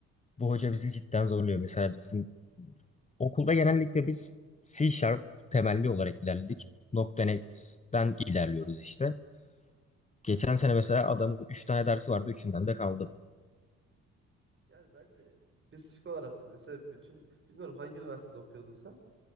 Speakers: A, on the left; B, on the right.
A: bu hoca bizi cidden zorluyor. Mesela bizim okulda genellikle biz C Sharp temelli olarak ilerledik. .NET'den ilerliyoruz işte.
B: evet.
A: Geçen sene mesela adamın 3 tane dersi vardı. Üçünden de kaldım.
B: Yani bence spesifik olarak mesela bütün bilmiyorum hangi üniversitede okuyordun sen?